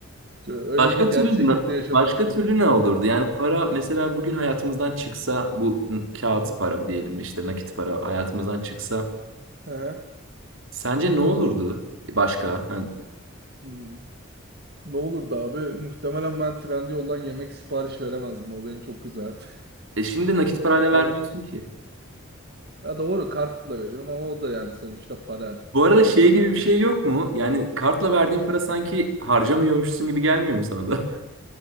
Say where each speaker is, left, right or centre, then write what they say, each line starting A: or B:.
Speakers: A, on the right (about 50°); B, on the right (about 70°).
A: Şöyle, öyle
B: Başka
A: bir
B: türlü
A: gerçeklikte
B: ne-
A: yaşamak
B: başka
A: isterdim.
B: türlü ne olurdu? Yani para mesela bugün hayatımızdan çıksa bu n- kağıt
A: Hı hı.
B: para diyelim işte nakit para hayatımızdan çıksa
A: Hı.
B: sence ne olurdu başka? Hani,
A: Hmm. Ne olurdu abi? Muhtemelen ben Trendyol'dan yemek sipariş veremezdim. O beni çok üzerdi. <laughs>
B: e şimdi nakit parayla vermiyorsun
A: Hani
B: ki.
A: ya doğru kartla veriyorum ama o da yani sonuçta para.
B: Bu arada
A: Para
B: şey
A: temelli
B: gibi bir şey
A: bir şey.
B: yok mu? Yani kartla verdiğin para sanki harcamıyormuşsun gibi gelmiyor mu sana da? <laughs>